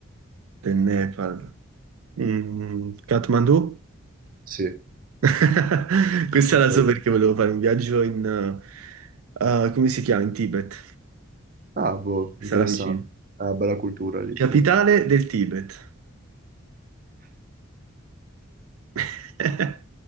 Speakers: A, on the right (about 85°); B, on the right (about 40°).
A: te ne parlo. Mm, Kathmandu?
B: Sì,
A: <laughs> Questa
B: non ci
A: la
B: credo.
A: so perché volevo fare un viaggio in... eh, eh, come si chiama? In Tibet.
B: Ah, boh,
A: Questa
B: interessante.
A: è la vicina.
B: Ah, bella cultura lì,
A: Capitale
B: sì.
A: del Tibet. <laughs> Aspetta.